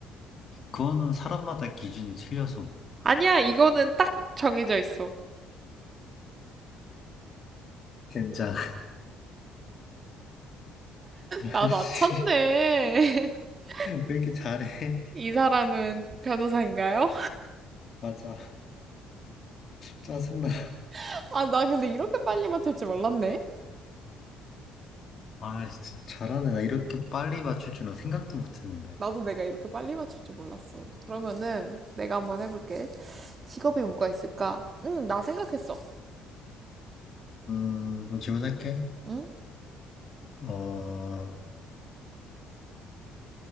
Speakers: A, on the left; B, on the right.
A: 그거는 사람마다 기준이 틀려서.
B: 아니야, 이거는 딱 정해져 있어.
A: 젠장. <laughs>
B: 나 맞췄네.
A: 씨,
B: <laughs>
A: 왜 이렇게 잘해?
B: 이 사람은 변호사인가요?
A: 맞아. 짜증나.
B: <laughs> 아, 나 근데 이렇게 빨리 맞출 줄 몰랐네.
A: 아, 진짜 잘하네. 나 이렇게 빨리 맞출 줄은 생각도 못 했는데.
B: 나도 내가 이렇게 빨리 맞출 줄 몰랐어. 그러면은 내가 한번 해볼게. 직업이 뭐가 있을까? 응, 나 생각했어.
A: 음, 그럼 질문할게.
B: 응?
A: 어,